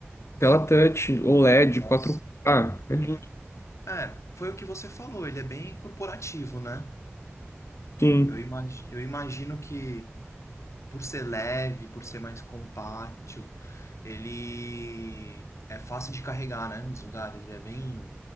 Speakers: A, on the left; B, on the left.
A: Tela touch, OLED,
B: Nossa.
A: quatro k É lindo,
B: É, foi o que você falou. Ele é bem corporativo, né?
A: Sim.
B: Eu imagi- eu imagino que por ser leve, por ser mais compacto, ele é fácil de carregar, né? Nos lugares. Ele é bem